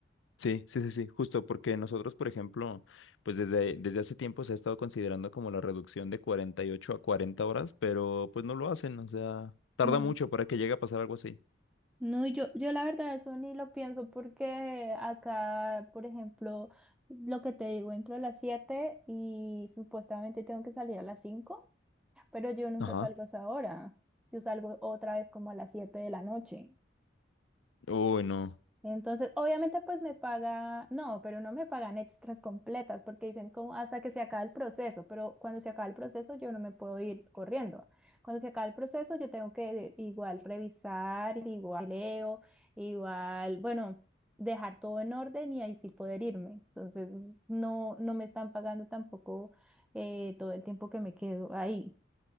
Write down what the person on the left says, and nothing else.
sí, sí, sí, sí, justo, porque nosotros, por ejemplo, pues desde, desde hace tiempo se ha estado considerando como la reducción de 48 a 40 horas, pero pues no lo hacen, o sea, tarda
mucho para que llegue a pasar algo así.
Ajá.
Uy, no.